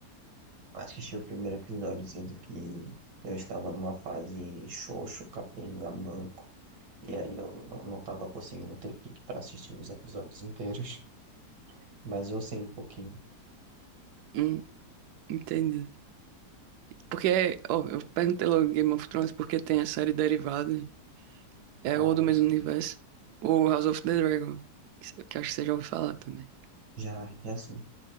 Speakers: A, on the right; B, on the right.
A: Assisti o primeiro episódio, sendo que eu estava numa fase xoxo, capenga, manco, e aí eu não não estava conseguindo ter pique para assistir os episódios inteiros, mas eu sei um pouquinho.
B: Hum. Entendi. Porque, ó, eu perguntei logo Game of Thrones porque tem a série derivada, é
A: Ah,
B: ou do mesmo
A: sim.
B: universo, ou House of the Dragon, que, cê- que acho que você já ouviu falar também.
A: Já, já sim.